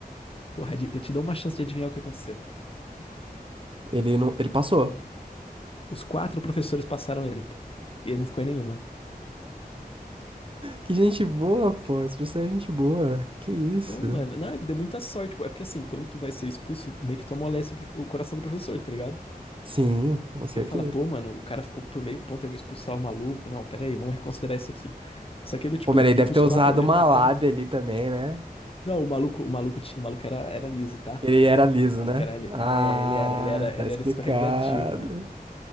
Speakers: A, on the left; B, on the right.
A: Porra, adi- eu te dou uma chance de adivinhar o que aconteceu.
B: Ele não, ele passou.
A: Os quatro professores passaram ele, pô. E ele não ficou em nenhuma.
B: Que gente boa, pô. Esse professor é gente boa. Que isso?
A: Pô, mano, não, ele deu muita sorte, pô. É porque assim, quando tu vai ser expulso, meio que tu amolece o, pro- o coração do professor, tá ligado?
B: Sim, com certeza.
A: Que ele fala, pô, mano, o cara ficou por meio ponto, eu vou expulsar o maluco. Não, pera aí, vamos reconsiderar isso aqui. Só que aí do tipo,
B: Pô, mas
A: ele pediu
B: ele deve
A: pros
B: ter usado
A: quatro ao mesmo
B: uma lábia
A: tempo.
B: ali também, né?
A: Não, o maluco, o maluco, ti- o maluco era, era liso, tá?
B: Ele era liso,
A: O maluco
B: né?
A: era, li-
B: Ah,
A: é, ele era, ele era,
B: tá
A: ele
B: explicado.
A: era escorregadio, mano.